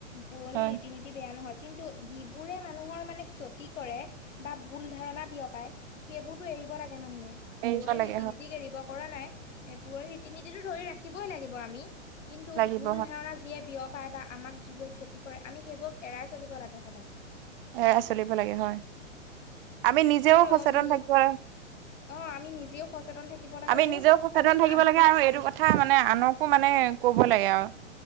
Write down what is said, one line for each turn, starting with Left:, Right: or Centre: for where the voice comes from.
Left: পুৰণি
Right: হয়
Left: ৰীতি নীতি অ' বেয়া নহয় কিন্তু যিবোৰে মানুহৰ মানে ক্ষতি কৰে বা ভুল ধাৰণা বিয়পায় সেইবোৰতো এৰিব লাগে। মানুহে
Right: এৰিব
Left: পুৰণি
Right: লাগে
Left: ৰীতি
Right: হয়
Left: নীতিক এৰিব কৰা নাই এ পুৰণি ৰীতি নীতিতটো ধৰি ৰাখ ৰাখিবই লাগিব আমি কিন্তু
Right: লাগিব
Left: ভুল
Right: হয়
Left: ধাৰণা যিয়ে বিয়পায় বা আমাক যিবোৰে খেয়তি কৰে আমি সেইবোৰক এৰাই চলিব লাগে সদায়।
Right: এৰাই চলিব লাগে হয়। আমি নিজেও
Left: সেইটো
Right: সচেতন
Left: উম, নি-
Right: থাকিব।
Left: অ' আমি নিজেও সচেতন থাকিব লাগে
Right: আমি
Left: আৰু
Right: নিজেও সচেতন
Left: আমি
Right: থাকিব
Left: আন
Right: লাগে আৰু এইটো কথা মানে আনকো মানে ক'ব লাগে আৰু